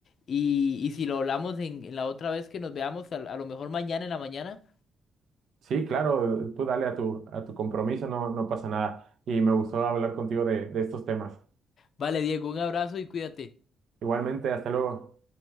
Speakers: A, on the left; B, on the right.
A: Y, y si lo hablamos en, en la otra vez que nos veamos, a a lo mejor mañana en la mañana.
B: Sí, claro, tú dale a tu, a tu compromiso, no, no pasa nada. Y me gustó hablar contigo de, de estos temas.
A: Vale, Diego, un abrazo y cuídate.
B: Igualmente, hasta luego.